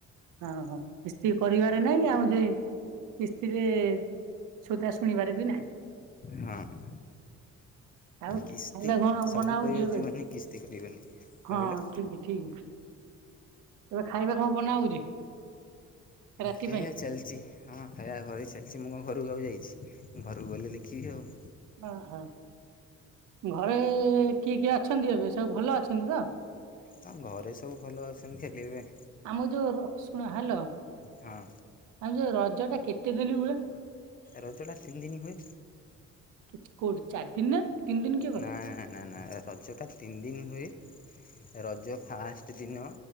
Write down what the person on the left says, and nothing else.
ହଁ
କିସ୍ତି
ସବୁ
କହିର
ଯିବନି କିସ୍ତି କରିବନି। କ'ଣ
କହିଲ
ଖାଇଆ
ଚାଲିଛି। ହଁ ଖାଇବା ଘରେ ଚାଲିଛି ମୁଁ କଣ ଘରକୁ ଆଉ ଯାଇଛି ଘରକୁ ଗଲେ ଦେଖିବି ଆଉ।
ହଁ ଘରେ ସବୁ ଭଲ ଅଛନ୍ତି କେଲେବି
ହଁ
ରଜଟା ତିନ ଦିନ ହୁଏ।
ନା ନା ନା ନା ରଜଟା ତିନି ଦିନ ହୁଏ ରଜ ଫାଷ୍ଟ ଦିନ